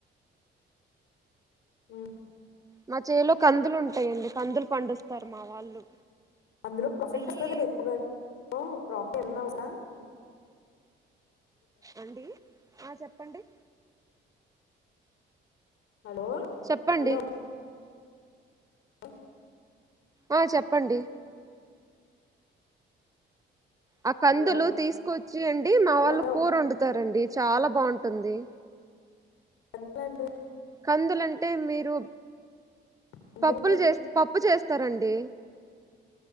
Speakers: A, on the left; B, on the right.
A: హ్మ్మ్
B: మా చేలో కందులు ఉంటాయండి కందులు పండిస్తారు మా వాళ్ళు
A: అందులో ప్రాఫిట్
B: అయ్యి
A: వస్తుంది ఎక్కువగా ప్రాఫిట్ ఎన్నావనా
B: అండి ఆ చెప్పండి
A: హలో
B: చెప్పండి
A: హలో హఓ
B: ఆ చెప్పండి ఆ కందులు
A: హలో
B: తీసుకొచ్చి అండి మా
A: హలో
B: వాళ్ళు
A: హలో
B: కూర వండుతారండి చాలా బావుంటుంది
A: ఎంత అంటే
B: కందులంటే మీరు
A: కందులంటే
B: పప్పులు చేస్త పప్పు చేస్తారండి